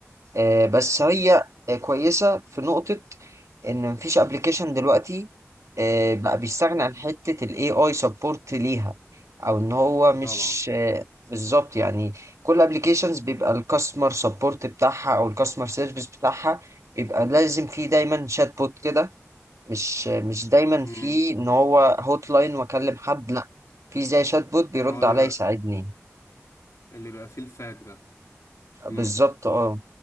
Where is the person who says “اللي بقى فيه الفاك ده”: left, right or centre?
Left